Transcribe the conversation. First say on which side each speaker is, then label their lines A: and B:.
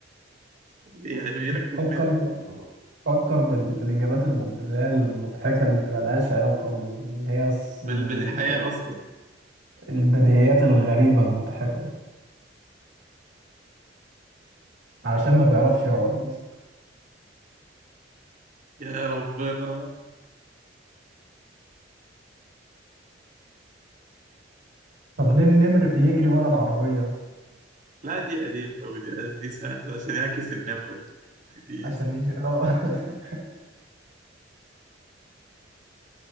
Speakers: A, on the right; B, on the right.
A: ليه عشان يركب
B: فكر
A: ناس
B: في- فكر بال... في الإجابات الم... اللي هي المضحكة اللي ملهاش علاقة اللي هي الس- ال-
A: بال- بالحياة
B: كده،
A: أصلا
B: البديهيات الغريبة المضحكة علشان ما بيعرفش يقعد يا اسطى
A: يا ربنا
B: طب
A: آه،
B: ليه النمر بيجري ورا العربية
A: لا دي قديمة أوي دي دي سهلة عشان يعكس النمرة دي
B: عشان
A: سهلة
B: يج... اه <laughs>